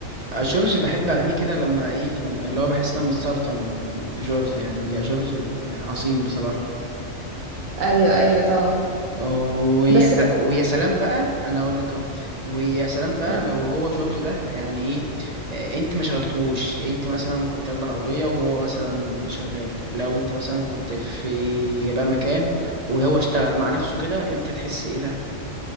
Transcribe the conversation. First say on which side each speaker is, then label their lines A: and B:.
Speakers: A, on the right; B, on the right.
A: آه، جورج بحب أغانيه كده لما إيه لما اللي هو بحس إن أنا متسلطن بجورج يعني يا جورج عظيم بصراحة
B: ايوه ايوه طبعا
A: ويا
B: بس
A: س- ويا سلام بقى انا اقول لك اهو ويا سلام بقى
B: آه،
A: لو هو جورج ده يعني ايه آه، انت ما شغلتهوش انت مثلا كنت راكبه العربيه وهو مثلا شغال لو انت مثلا كنت في بقى مكان وهو اشتغل مع نفسه كده انت هتحس ايه ده